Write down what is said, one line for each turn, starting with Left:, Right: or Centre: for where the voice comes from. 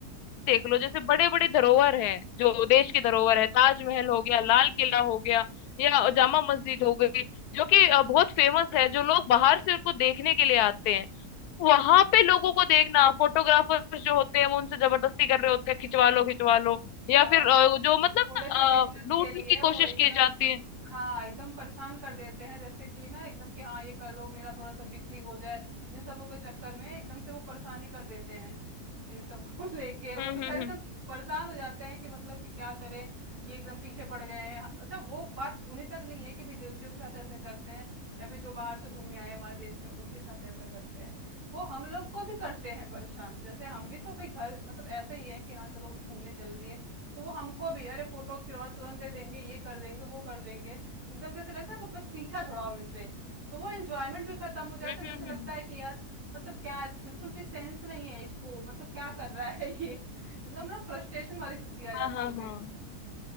Left: देख लो जैसे बड़े बड़े धरोहर हैं जो देश की
Right: हम्म
Left: धरोहर
Right: हम्म
Left: है ताजमहल हो गया लाल किला हो गया या
Right: हाँ
Left: जामा मस्जिद हो गई जो कि अ, बहुत फेमस है जो लोग बाहर से उनको देखने के लिए आते हैं वहां पे लोगों को देखना फोटोग्राफर्स जो होते हैं वो उनसे जबरदस्ती कर रहे होते हैं खिंचवा लो खिंचवा लो या
Right: हाँ
Left: फिर अ,
Right: बस थो,
Left: जो मतलब
Right: थोड़े
Left: ना,
Right: से बिजनेस
Left: अ, लूटने
Right: के लिए
Left: की कोशिश
Right: वो एकदम
Left: की जाती है
Right: हाँ एकदम परेशान कर देते हैं जैसे कि ना एकदम कि हाँ ये कर लो मेरा थोड़ा सा बिक्री हो जाए इन सबों के चक्कर में एकदम से वो परेशानी कर देते हैं इन सब को <laughs> लेके वो
Left: हम्म
Right: बेचारे
Left: हम्म
Right: एकदम
Left: हम्म
Right: परेशान हो जाते हैं कि मतलब कि क्या करें ये एकदम पीछे पड़ गए हैं हाँ, अच्छा वो बात उन्हीं तक नहीं है कि विदेशियों के साथ ऐसे करते हैं या फिर जो बाहर से घूमने आए हमारे देश में उनके साथ ऐसा करते हैं वो हम लोग को भी करते हैं परेशान जैसे हम भी तो भाई घर मतलब ऐसे ही है कि हाँ चलो घूमने चल दिए तो वो हमको भी अरे फोटो करवा तुरंत दे देंगे ये कर देंगे वो कर देंगे एकदम जैसे लगता है कि बस पीछा छुड़ाओ इनसे तो वो एंजॉयमेंट भी खत्म हो जाता
Left: हम्म
Right: है
Left: हम्म
Right: जैसे
Left: हम्म।
Right: लगता
Left: हम्म,
Right: है कि यार मतलब क्या बिल्कुल भी सेंस नहीं है इसको मतलब क्या कर रहा है ये एकदम ना फ्रस्ट्रेशन वाली स्थिति आ
Left: हाँ
Right: जाती
Left: हाँ
Right: है
Left: हाँ
Right: फिर